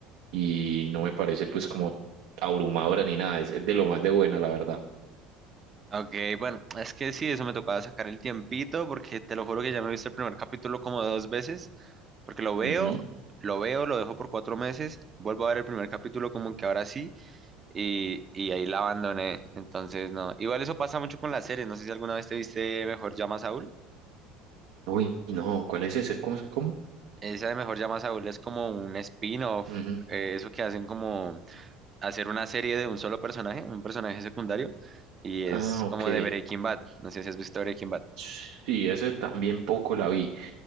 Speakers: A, on the right; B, on the right.
A: y no me parece pues como abrumadora ni nada, es, es de lo más de buena, la verdad.
B: Ok, bueno, es que sí, eso me tocaba sacar el tiempito porque te lo juro que ya me he visto el primer capítulo como dos veces, porque lo veo,
A: Ujú.
B: lo veo, lo dejo por cuatro meses, vuelvo a ver el primer capítulo como que ahora sí. y, y ahí la abandoné. Entonces, no. Igual eso pasa mucho con las series. No sé si alguna vez te viste Mejor Llama a Saúl.
A: Uy, no, ¿cuál es ese? ¿Cómo? se- cómo?
B: Esa de Mejor Llama a Saúl es como un spin-off.
A: Ujú.
B: eh, eso que hacen como hacer una serie de un solo personaje, un personaje secundario. Y
A: Ah,
B: es
A: ok.
B: como de Breaking Bad. No sé si has visto Breaking Bad.
A: Sí, ese también poco la vi.